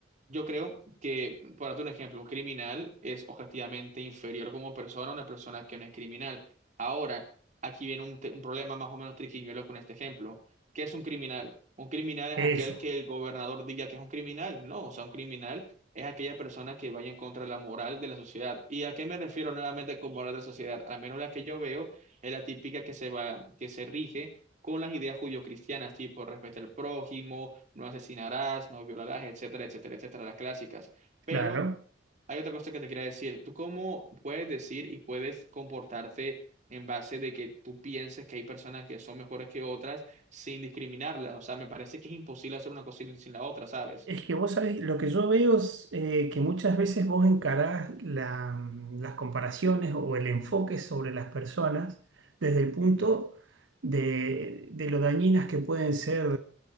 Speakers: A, on the right; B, on the right.
A: Yo creo que, por darte ejemplo, un criminal es objetivamente inferior como persona a una persona que no es criminal. Ahora, aquí viene un, te- un problema más o menos triquiñuelo con este ejemplo. ¿Qué es un criminal? Un criminal es aquel
B: Eso,
A: que el gobernador diga que es un criminal. No, o sea, un criminal es aquella persona que vaya en contra de la moral de la sociedad. ¿Y a qué me refiero nuevamente con moral de la sociedad? Al menos la que yo veo es la típica que se va, que se rige con las ideas judio-cristianas, tipo respeto al prójimo no asesinarás, no violarás, etcétera, etcétera, etcétera, las clásicas. Pero
B: claro.
A: hay otra cosa que te quería decir. ¿Tú cómo puedes decir y puedes comportarte en base de que tú pienses que hay personas que son mejores que otras sin discriminarlas? O sea, me parece que es imposible hacer una cosa sin sin la otra, ¿sabes?
B: Es que vos sabés, lo que yo veo es eh, que muchas veces vos encarás la- mm, las comparaciones o el enfoque sobre las personas desde el punto de, de lo dañinas que pueden ser